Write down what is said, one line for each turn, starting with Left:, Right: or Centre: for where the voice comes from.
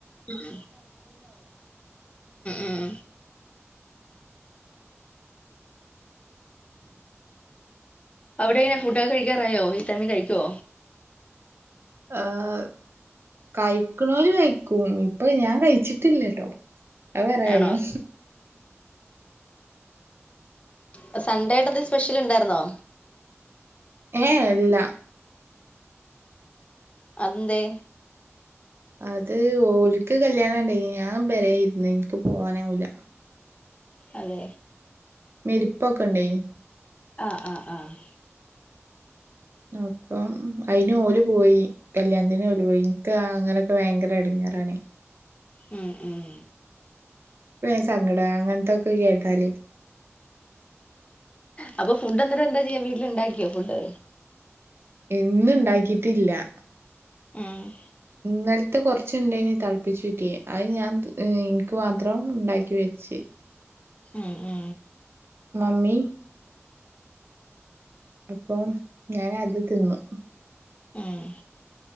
Left: ഉം ഉം അവിടെ എങ്ങനാ ഫുഡൊക്കെ കഴിക്കാറായോ ഈ ടൈമീ കഴിക്കോ
Right: ആഹ് ആഹ് ഇര്ക്ക്ണോല് കയിക്കും ഇപ്പൊ ഞാൻ കയിച്ചിട്ടില്ലട്ടോ അ വേറെ കാര്യം
Left: ആണോ പ സൺണ്ടേയിട്ട് എന്തേ സ്പെഷ്യൽ ഇണ്ടായിര്ന്നോ
Right: ഏഹ് ഇല്ല
Left: അതെന്തേ?
Right: അത് ഓല്ക്ക് കല്യാണണ്ടേനി ഞാൻ പെരേ ഇര്ന്ന് ഇൻക്ക് പോവാനാവൂല
Left: അതേ
Right: മെരിപ്പൊക്കെണ്ടേനി
Left: ആഹ് ആഹ് ആഹ്
Right: അപ്പം അയിന് ഓല് പോയി കല്യാണത്തിന് ഓല് പോയി ഇൻക്ക് അങ്ങനൊക്കെ ഭയങ്കര എടങ്ങേറാണേ
Left: ഉം ഉം
Right: വേ സങ്കടാ അങ്ങൻത്തൊക്ക കേട്ടാലേ
Left: അപ്പൊ ഫുഡ് എന്നട്ട് എന്താ ചെയ്യാ വീട്ടില് ഇണ്ടാക്കിയോ ഫുഡ്
Right: ഇന്ന്ണ്ടാക്കീട്ടില്ല
Left: ആഹ്
Right: ഇന്നൽത്തെ കൊറച്ച്ണ്ടേനി തെളപ്പിച്ചൂറ്റെ അത് ഞാൻ ത് എനിക്ക് മാത്രം ഇണ്ടാക്കി വെച്ച്
Left: ഉം ഉം
Right: മ്മി പ്പോ ഞാനത് തിന്നു
Left: ആഹ്